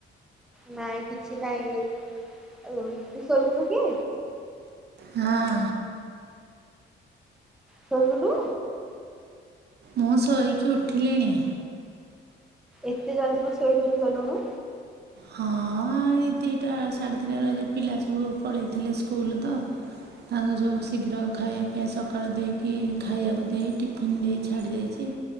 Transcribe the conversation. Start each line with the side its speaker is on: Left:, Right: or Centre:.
Centre: ନାଇଁ କିଛି ନାଇଁ ତୁ ଶୋଇବୁନୁ କି?
Right: ହଁ।
Centre: ଶୋଇବୁନୁ?
Right: ମୁଁ ଶୋଇକି ଉଠିଲିଣି।
Centre: ଏତେ ଜଲ୍ଦି କଣ ଶୋଇକି ଉଠିଗଲୁଣୁ?
Right: ହଁ ଏଇ ଦିଟା ସାଢ଼େ ଦିଟାରୁ ଆଜି ପିଲା ସବୁ ପଳେଇଥିଲେ ସ୍କୁଲ ତ। ତାଙ୍କୁ ସବୁ ଶୀଘ୍ର ଖାଇବା ପିଇବା ସକାଳୁ ଦେଇକି ଖାଇବାକୁ ଦେଇ ଟିଫିନ୍ ଦେଇ ଛାଡ଼ି ଦେଇେଇଛି।